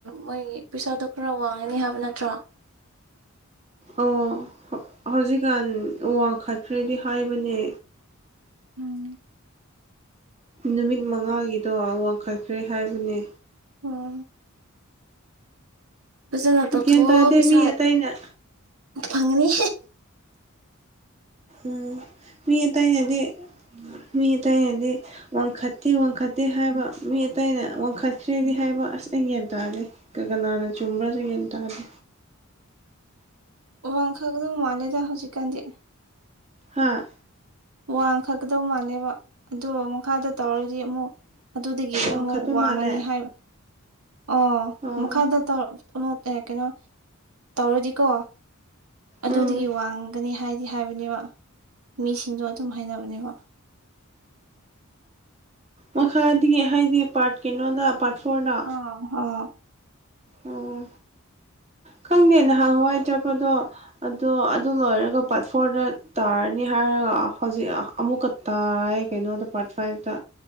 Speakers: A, on the right (about 85°); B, on the right (about 30°).
A: ꯃꯣꯏꯒꯤ ꯄꯩꯁꯥꯗꯣ ꯈꯔ ꯋꯥꯡꯉꯅꯤ ꯍꯥꯏꯕ ꯅꯠꯇ꯭ꯔꯣ
B: ꯑꯣ ꯍꯧꯖꯤꯛꯒꯥꯟ ꯋꯥꯡꯈꯠꯈ꯭ꯔꯦꯗꯤ ꯍꯥꯏꯕꯅꯦ
A: ꯎꯝ
B: ꯅꯨꯃꯤꯠ ꯃꯉꯥꯒꯤꯗꯣ ꯋꯥꯡꯈꯠꯈ꯭ꯔꯦ ꯍꯥꯏꯕꯅꯦ
A: ꯎꯝ ꯐꯖꯅ ꯇꯧꯊꯣꯛꯑꯣ
B: ꯒ꯭ꯌꯥꯟ ꯇꯥꯗꯦ
A: ꯄꯩꯁꯥꯏ
B: ꯃꯤ ꯑꯇꯩꯅ
A: ꯐꯪꯉꯅꯤ
B: ꯎꯝ ꯃꯤ ꯑꯇꯩꯅꯗꯤ ꯃꯤ ꯑꯇꯩꯅꯗꯤ ꯋꯥꯡꯈꯠꯇꯦ ꯋꯥꯡꯈꯠꯇꯦ ꯍꯥꯏꯕ ꯃꯤ ꯑꯇꯩꯅ ꯋꯥꯡꯈꯠꯈ꯭ꯔꯦꯗꯤ ꯍꯥꯏꯕ ꯑꯁ ꯑꯩ ꯒ꯭ꯌꯥꯟ ꯇꯥꯗꯦ ꯀꯒꯅꯥꯅ ꯆꯨꯝꯕ꯭ꯔꯥꯖꯨ ꯒꯌ꯭ꯥꯟ ꯇꯥꯗꯦ
A: ꯋꯥꯡꯈꯒꯗꯣ ꯃꯥꯜꯂꯦꯗ ꯍꯧꯖꯤꯛꯀꯥꯟꯗꯤ
B: ꯍꯥꯥ
A: ꯋꯥꯡꯈꯛꯀꯗꯧ ꯃꯥꯜꯂꯦꯕ ꯑꯗꯣ ꯃꯈꯥꯗ ꯇꯧꯔꯗꯤ ꯑꯃꯨꯛ ꯑꯗꯨꯗꯒꯤ
B: ꯋꯥꯡꯈꯠꯄ
A: ꯑꯃꯨꯛ ꯋꯥꯡꯉꯅꯤ
B: ꯃꯥꯜꯂꯦ
A: ꯍꯥꯏ ꯑꯣ
B: ꯑꯣ
A: ꯃꯈꯥꯗ ꯇꯧ <unintelligible> ꯑꯦ ꯀꯩꯅꯣ ꯇꯧꯔꯗꯤꯀꯣ ꯑꯗꯨꯗꯒꯤ
B: ꯎꯝ
A: ꯋꯥꯡꯒꯅꯤ ꯍꯥꯏꯗꯤ ꯍꯥꯏꯕꯅꯦꯕ ꯃꯤꯁꯤꯡꯗꯣ ꯑꯗꯨꯝ ꯍꯥꯏꯅꯕꯅꯦꯕ
B: ꯃꯈꯥꯗꯤ ꯍꯥꯏꯗꯤ ꯄꯥꯔꯠ ꯀꯩꯅꯣꯗ ꯄꯥꯔꯠ ꯐꯣꯔꯗ
A: ꯑꯡ ꯍ
B: ꯑꯣ ꯈꯪꯗꯦ ꯅꯍꯥꯟ ꯋꯥꯏ ꯆꯠꯄꯗꯣ ꯑꯗꯣ ꯑꯗꯨ ꯂꯣꯏꯔꯒ ꯄꯥꯔꯠ ꯐꯣꯔꯗ ꯇꯥꯔꯅꯤ ꯍꯥꯏꯔ ꯍꯧꯖꯤꯛ ꯑꯃꯨꯛꯀ ꯇꯥꯏ ꯀꯩꯅꯣꯗꯣ ꯄꯥꯔꯠ ꯐꯥꯏꯚꯇ